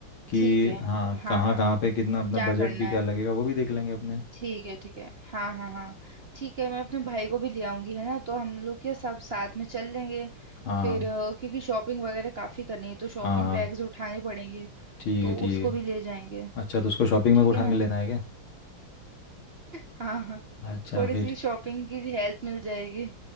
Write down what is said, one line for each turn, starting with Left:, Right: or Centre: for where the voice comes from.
Left: कि
Right: ठीक है
Left: हाँ
Right: हाँ
Left: कहाँ
Right: हाँ
Left: कहाँ पे कितना अपना
Right: क्या
Left: बजट
Right: करना
Left: भी
Right: है
Left: क्या लगेगा वो भी देख लेंगे अपने
Right: ठीक है ठीक है हाँ हाँ हाँ ठीक है मैं अपने भाई को भी ले आऊंगी है ना तो हम लोग क्या सब साथ में चल लेंगे
Left: हाँ
Right: फिर अ, क्योंकि शॉपिंग वगैरह काफी करनी है तो शॉपिंग
Left: हाँ हाँ
Right: बैग्स उठाने पड़ेंगे
Left: ठीक
Right: तो
Left: है ठीक
Right: उसको
Left: है
Right: भी ले जाएंगे
Left: अच्छा तो उसको शॉपिंग
Right: ठीक
Left: में उठा
Right: है
Left: के
Right: ना
Left: लेना है क्या
Right: हाँ हाँ
Left: अच्छा
Right: थोड़ी
Left: फिर
Right: सी शॉपिंग की भी हेल्प मिल जाएगी